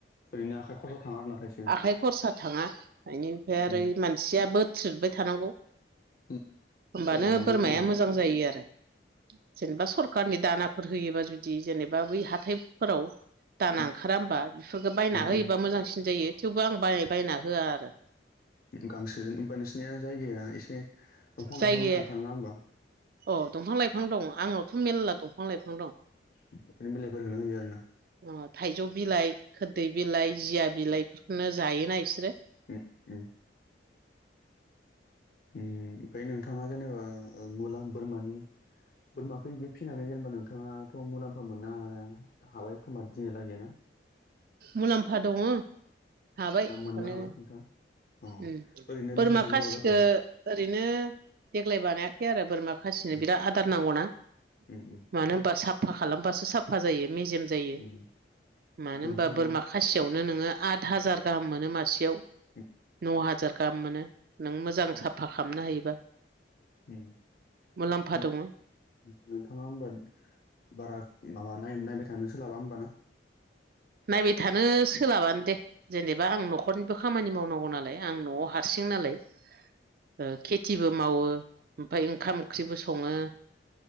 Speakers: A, on the left; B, on the right.
A: ओरैनो आखाइ खरसा थाङा आरोना थाइसेबो
B: आखाइ खरसा थाङा बेनिफ्राय आरो
A: उम
B: मानसिया बो थ्रिदबाय थानांगौ
A: उम
B: होनबानो
A: केयार लानांगौ
B: बोरमाया
A: जेनेबा
B: मोजां जायो आरो जेनेबा सरखारनि दानाफोर होयोबा जुदि बिदि जेनेबा बै हाथायफोराव दाना
A: उम
B: ओंखारा होमबा बेफोरफोरखौ बायना होयोबा
A: उम
B: मोजांसिन जायो थेवबो आं बाय बायना होआ आरो
A: गांसोजों <unintelligible> नोंसनिया जायगाया एसे दंफां
B: जायगाया
A: लाइफां गोनांखाार नङा होमबा
B: औ दंफां लाइफां दं आंनावथ' मेरला दंफां लाइफां दं
A: बेफोरनि बिलाइफोरखौनो होयो आरो ना
B: अ थाइजौ बिलाइ खोरदै बिलाइ जिया बिलाइफोरखौनो जायोना इसोरो
A: उम उम ओम ओमफ्राय नोंथाङा जेनेबा मुला बोरमानि बोरमाखौ इदि फिनानै जेनेबा नोंथाङा थ' मुलाम्फा मोननो हा हाबाय खोमा दिनिया लागै ना
B: मुलाम्फा दङ हाबाय
A: ना मोननो
B: माने
A: हाबाय नोंथाङा अ
B: उम
A: ओरैनो
B: बोरमा
A: बेसेबांसो गोबाव
B: खासिखो
A: जाखो
B: ओरैनो देग्लाय बानायाखै आरो बोरमा खासिनो
A: उम
B: बिराद आदार नांगौना
A: उम उम
B: मानो होनबा साबफा खालामबासो साबफा जायो मेजेम जायो
A: उम
B: मानो
A: नोंथाङा
B: होनबा बोरमा खासियावनो नोङो आद हाजार गाहाम मोनो मासेयाव
A: उम
B: न' हाजार गाहाम मोनो नों मोजां
A: उम
B: साफा खामनो हायोबा
A: उम
B: मुलाम्फा दङ
A: नोंथाङा होमबा बारा माबा नाय नायबाय थानो सोलाबा होमबाना
B: नायबाय थानो सोलाबानो दे जेनेबा आं न'खरनिबो खामानि मावनांगौ नालाय आं न'आव हा सिं नालाय ओ खेथिबो मावो ओमफफ्राय ओंखाम ओंख्रिबो सङो